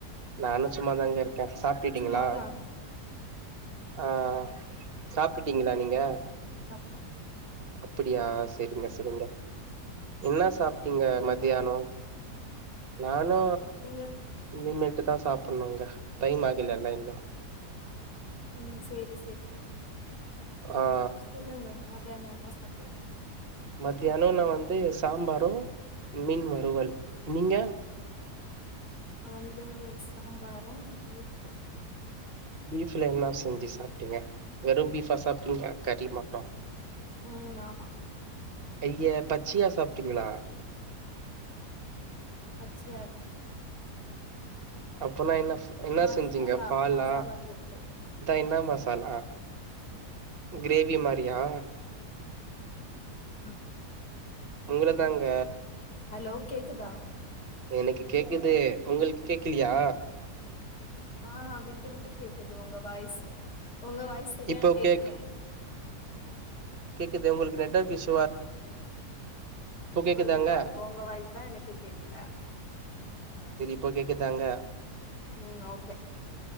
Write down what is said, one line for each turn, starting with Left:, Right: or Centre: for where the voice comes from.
Right: நானு சும்மாதாங்க இரு க்கன் சாப்ட்டுட்டீங்களா
Left: சும்மாதா
Right: ஆ
Left: ம்
Right: சாப்ட்டுடீங்களா நீங்க
Left: மா
Right: அப்டியா செரிங்க செரிங்க என்ன சாப் ட்டிங்க
Left: நீங்க
Right: மதியானம் நானு
Left: நீங்க
Right: இனிமே ட்டுதா சாப்பணுங்க டைம் ஆகுலல்ல இன்னு
Left: ம் சேரி சேரி
Right: ஆ
Left: சொல்லுங்க ம தியானோ என்ன சாப்ட்டிங்க
Right: மத்தியானம் நா வந்து சாம்பாரும் மீன் வறுவல் நீங்க
Left: நா வந்து சாம்பாரும் பீஃபு
Right: பீஃப்ல என்ன செஞ்சி சாப்டிங்க வெறு பீஃபா சாப்ட்டிங்க கறி மட்டு
Left: ம் ஆமா
Right: ஐயே பச்சயா சாப்டிங்கிளா
Left: சே
Right: அப்பனா என்ன என்ன
Left: மசாலா
Right: செஞ்சீங்க ஃபாலா
Left: மசாலா போட்டு
Right: இதா என்ன மசா பாலா கிரேவி மாரியா
Left: ம்
Right: உங்கள தாங்க
Left: ஹலோ கேக்குதா
Right: எனக்கு கேக்குது உங்களுக்கு கேக்கலியா
Left: ஆஹா விட்டு விட்டு கேக்குது ஒங்க வாய்ஸு ஒங்க வாயஸ் சரியா
Right: இப்போ
Left: கேக்கல
Right: கேக் குது உங்களுக்கு நெட்டொர்க் இஷி
Left: உங்களுக்குதா
Right: கேக்குதாங்க
Left: இருக்கும் உங்க வாய்ஸ் தா எனக்கு கேக்கல
Right: இப்ப கேக்குதாங்க
Left: ம் ஓகே